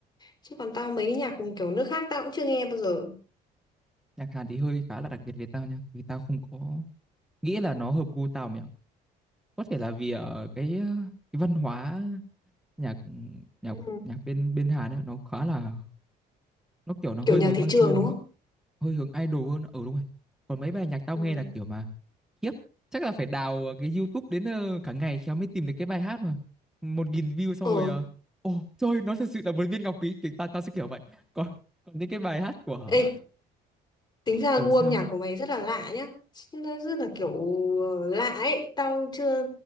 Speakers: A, on the left; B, in the centre.
A: chứ còn tao mấy nhạc kiểu nước khác tao cũng chưa nghe bao giờ.
B: nhạc Hàn thì hơi khá là đặc biệt về tao nha vì tao không có nghĩ là nó hợp gu tao mẹ ạ có thể là vì ở cái ờ, cái văn hóa nhạc nhạc
A: Ừ.
B: nhạc bên bên Hàn ấy nó khá là nó kiểu nó hơi
A: Kiểu nhạc
B: hướng
A: thị
B: mang
A: trường
B: hơi hướng
A: đúng không?
B: hơi hướng idol hơn ở đúng rồi còn mấy bài nhạc tao
A: Ừ.
B: nghe là kiểu mà khiếp chắc là phải đào cái YouTube đến ờ, cả ngày khéo mới tìm được cái bài hát mà một nghìn view xong
A: Ờ,
B: rồi ờ, ồ trời nó thật sự là một viên ngọc quý kiểu tao tao sẽ kiểu vậy còn còn những cái bài hát của
A: ê Tính ra
B: ở
A: gu
B: sao
A: âm nhạc của mày rất là lạ nhá Nó rất là kiểu ờ, lạ ấy Tao chưa